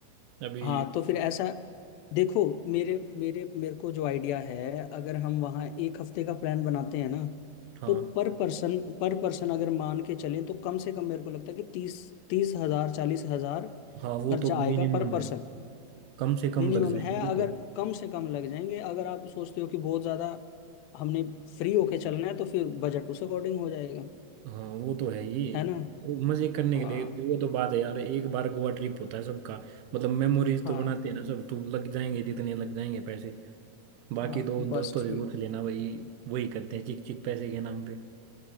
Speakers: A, on the right; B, on the left.
A: अभी
B: हाँ तो फिर ऐसा देखो मेरे मेरे मेरे को जो आइडिया है अगर हम वहाँ एक हफ्ते का प्लान बनाते हैं ना
A: हाँ
B: तो पर पर्सन पर पर्सन अगर मान के चलें तो कम से कम मेरे को लगता है कि तीस तीस हजार चालीस हजार
A: हाँ वो
B: खर्चा
A: तो मिनिमम
B: आएगा पर पर्सन
A: है कम से कम
B: मिनिमम
A: लग जाएंगे
B: है
A: वो
B: अगर
A: तो
B: कम से कम लग जाएंगे अगर आप सोचते हो कि बहुत ज्यादा हमने फ्री होके चलना है तो फिर बजट उस अकॉर्डिंग हो जाएगा
A: हाँ वो तो है ही
B: है ना
A: मजे करने
B: हाँ
A: के लिए वो तो बात है यार एक बार गोवा ट्रिप होता है सबका मतलब मेमोरीज
B: हाँ
A: तो बनाते हैं ना सब तो लग जाएंगे जितने लग जाएंगे पैसे बाकी
B: हाँ
A: तो
B: बस
A: दोस्तों
B: ठीक
A: जरूर से लेना भाई वही करते हैं चिक चिक पैसे के नाम पे